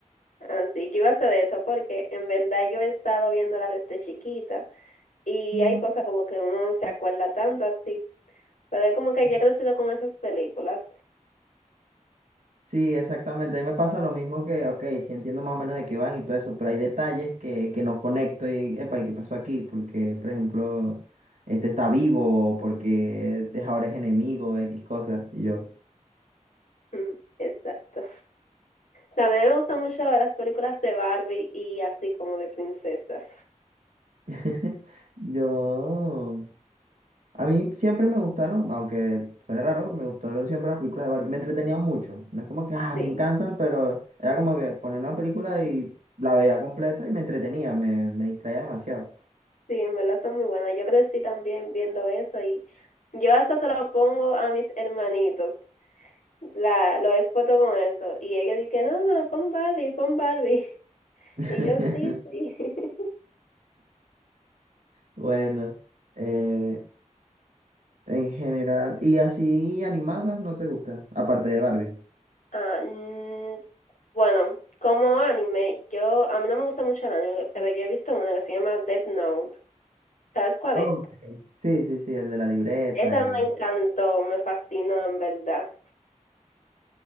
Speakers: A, on the left; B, on the right.
A: Así que iba a hacer eso porque en verdad yo he estado viéndola desde chiquita y
B: Mm.
A: hay cosas como que uno no se acuerda tanto así, pero es como que
B: Es-
A: ya he crecido con esas películas
B: Sí, exactamente. A mí me pasa lo mismo que, ok, sí entiendo más o menos de qué van y todo eso, pero hay detalles que, que no conecto y, epa, ¿y qué pasó aquí? Porque, por ejemplo, este está vivo, o porque es- ahora es enemigo, X cosas. Y yo,
A: Mm, Exacto. También me gustan mucho las películas de Barbie y así como de princesas.
B: <laughs> yo. A mí siempre me gustaron, aunque suene raro, me gustaron siempre las películas de Barbie. Me entretenían mucho. No es como que, ah,
A: Sí,
B: me encantan, pero era como que ponía una película y la veía completa y me entretenía, me, me distraía demasiado.
A: sí, en verdad son muy buenas. Yo crecí también viendo eso y yo hasta se lo pongo a mis hermanitos. La, lo expoto con eso. Y ella dice, no, no, pon Barbie, pon Barbie. <laughs>
B: <laughs>
A: Y yo, sí, sí. <laughs>
B: Bueno, eh, en general. ¿Y así animadas no te gusta? Aparte de Barbie.
A: Ah, mm, bueno, como anime, yo, a mí no me gusta mucho el anime, pero yo he visto una que se llama Death Note. ¿Sabes cuál
B: Ok.
A: es?
B: Sí, sí, sí, el de la libreta
A: Esa
B: y...
A: me encantó, me fascinó en verdad.